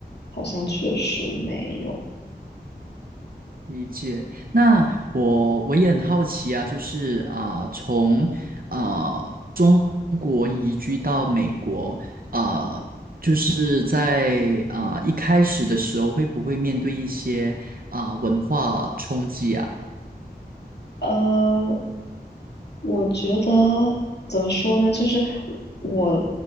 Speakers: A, on the left; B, on the right.
A: 好像确实没有。
B: 理解。那我我也很好奇啊，就是啊、从啊、中国移居到美国，啊、就是在啊、一开始的时候，会不会面对一些啊、文化冲击啊？
A: 呃，我觉得怎么说呢？就是我